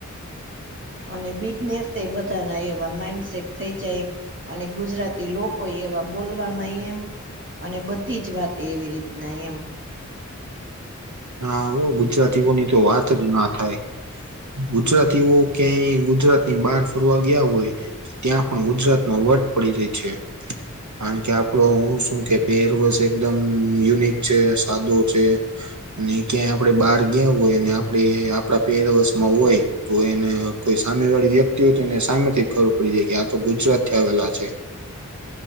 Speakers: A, on the right; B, on the right.
A: અને બિઝનેસ એ બધાના એવા માઇન્ડસેટ થઈ જાય. અને ગુજરાતી લોકો એવા બોલવામાં એમ. અને બધીજ વાતે એવી રીતના એમ.
B: હા હો ગુજરાતીઓનીતો વાતજ ના થાય. ગુજરાતીઓ ક્યાંય ગુજરાત ની બહાર ફરવા ગયા હોય. તો ત્યાં પણ ગુજરાત નો વટ પડી જાય છે. કારણ કે આપડો હું શું કે પહેરવસ એકદમ યુનિક છે સાદો છે. અને ક્યાંય આપડે બહાર ગયાવ હોય આપણે આપણા પેરવસમાં હોય તો એને કોઈ સામે વાળી વ્યક્તિ હોય તો એને સામેથી ખબર પડી જાય કે આ તો ગુજરાત થી આવેલા છે.